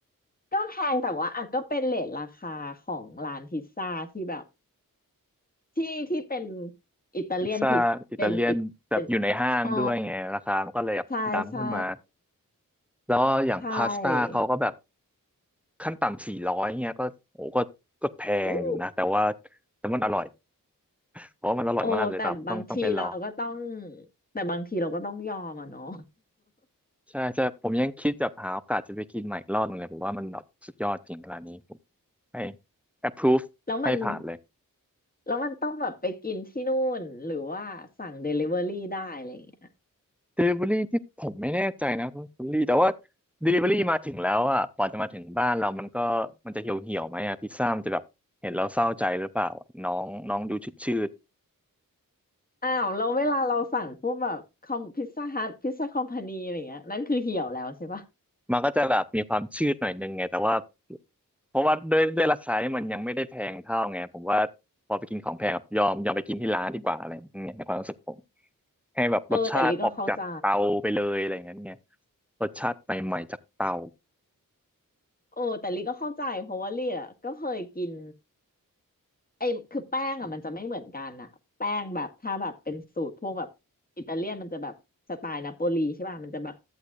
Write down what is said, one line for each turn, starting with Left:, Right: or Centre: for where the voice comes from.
Left: ก็แพงแต่ว่าอ่ะก็เป็นเรทราคาของร้านพิซซ่าที่แบบที่ที่เป็นอิตาเลียนพิซเป็นอิตเป็น
Centre: พิซซ่าอิตาเลียนแบบอยู่ในห้างด้วยไงราคามันก็เลยแบบดังขึ้นมา
Left: อ๋อใช่ใช่
Centre: แล้วอย่างพาสต้าเขาก็แบบ
Left: ใช่
Centre: ขั้นต่ำสี่ร้อยเงี้ยก็โอ้ก็ก็แพงอยู่นะแต่ว่า
Left: อู้
Centre: แต่มันอร่อยเพราะว่ามันอร่อยมากเลยครับต้องต้องไปลอง
Left: โอ้แต่บางทีเราก็ต้องแต่บางทีเราก็ต้องยอมอ่ะเนาะ
Centre: ใช่ใช่ผมยังคิดจะหาโอกาสจะไปกินใหม่อีกรอบหนึงเลยผมว่ามันแบบสุดยอดจริงร้านนี้ผมให้ approve
Left: แล้วมัน
Centre: ให้ผ่านเลย
Left: แล้วมันต้องแบบไปกินที่นู่นหรือว่าสั่งเดลิเวอรี่ได้อะไรอย่างเงี้ย
Centre: delivery ที่ผมไม่แน่ใจนะคุณลี่แต่ว่า delivery มาถึงแล้วอ่ะกว่าจะมาถึงบ้านเรามันก็มันจะเหี่ยวเหี่ยวไหมอ่ะพิซซ่ามันจะแบบเห็นเราเศร้าใจหรือเปล่าอะน้องน้องดูชืดชืด
Left: อ้าวแล้วเวลาเราสั่งพวกแบบคอมพิซซ่าฮัทพิซซ่าคอมพานีอะไรเงี้ยนั่นคือเหี่ยวแล้วใช่ปะ
Centre: มันก็จะแบบมีความชืดหน่อยนึงไงแต่ว่า เพราะว่าด้วยด้วยราคาที่มันยังไม่ได้แพงเท่าไงผมว่าพอไปกินของแพงอะยอมยอมไปกินที่ร้านดีกว่าอะไรอย่างเงี้ยในความรู้สึกผมให้แบบรสชาติออกจากเตาไปเลยอะไรอย่างเงี้ยเนี่ย
Left: เออแต่ลิก็เข้าใจ
Centre: รสชาติใหม่ๆจากเตา
Left: โอ้แต่ลิก็เข้าใจเพราะว่าลิอ่ะก็เคยกินไอ้คือแป้งอ่ะมันจะไม่เหมือนกันอ่ะแป้งแบบถ้าแบบเป็นสูตรพวกแบบอิตาเลียนมันจะแบบสไตล์นาโปลีใช่ป่ะมันจะแบบ